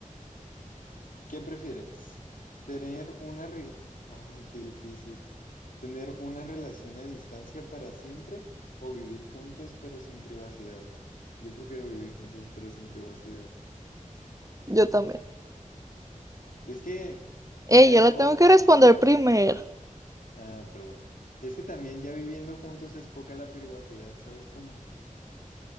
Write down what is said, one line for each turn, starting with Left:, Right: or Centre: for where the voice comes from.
Left: ¿Qué prefieres? ¿Tener una re- Ay, qué difícil. ¿Tener una relación a distancia para siempre o vivir juntos pero sin privacidad? Yo prefiero vivir juntos pero sin privacidad.
Right: yo también.
Left: Es que ya
Right: Eh, yo
Left: es
Right: la
Left: po...
Right: tengo que responder primero,
Left: Ah, perdón. Es que también ya viviendo juntos es poca la privacidad, ¿sabes cómo?